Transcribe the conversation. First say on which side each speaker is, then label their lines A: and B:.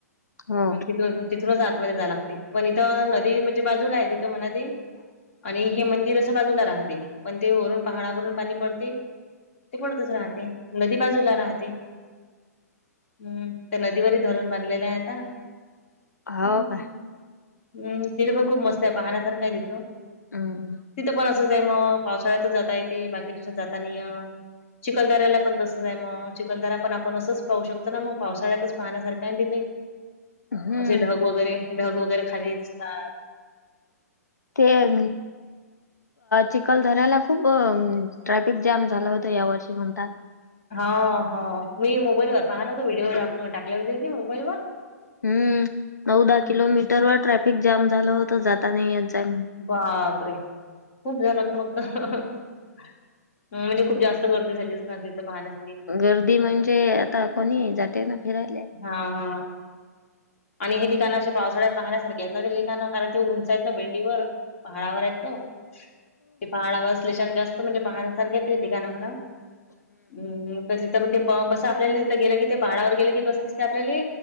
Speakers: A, on the left; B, on the left.
A: हो
B: आणि तिथून तिथूनच आतमध्ये जा लागते पण इथं नदी म्हणजे बाजूला आहे तिथं नदी आणि हे मंदिर असं बाजूला राहते पण ते वरून पहाडावरून पाणी पडते. ते पडतच राहते नदी बाजूला राहते. हम्म त्या नदीवरील धरण बांधलेलं आहे आता
A: हो
B: हम्
A: का
B: हम्म तिथं पण खूप मस्त आहे पाहण्यासारखं आहे तिथं
A: हम्म
B: तिथं पण असंच आहे मग पावसाळ्यातच जाता येते बाकी दिवसात जाता नाही येत चिखलदऱ्याला पण तसच आहे मग चिखलदरा पण आपण असंच पाहू शकतो ना मग पावसाळ्यातच पाहण्यासारखं आहे ना तिथे
A: हम्म
B: म्हणजे ढग वगैरे ढग वगैरे खाली दिसतात.
A: ते आणि चिखलदराला खूप ट्रॅफिक जॅम झाला होत या वर्षी म्हणतात.
B: हा ह मी मोबाईल वर पाहत होत व्हिडिओ टाकले होते ते मोबाईल वर
A: हम्म नऊदाहा किलोमीटर वर ट्रॅफिक जाम झालं होत जाता नाही येत जाय
B: बापरे खूप झालं होत मग त हम्म म्हणजे खूप जास्त गर्दी झाली असनार इथ पाहण्यासाठी
A: गर्दी म्हणजे तर कोणी जाते ना फिराले.
B: हा हा आणि हे ठिकाणं असे पावसाळ्यात पाहण्यासारखी आहेत ना ते ठिकाणं कारण ते उंच आहेत ना भेंडीवर पहाडावर येतो ते पहाडावर असल्या छान जास्त म्हणजे पाहण्यासारखे हे ठिकाण म्हणावं हम्म हम्म कधी तर ते पा आपल्याला तिथं गेलं कि ते पहाडावर गेलं की कसं दिसते आपल्याले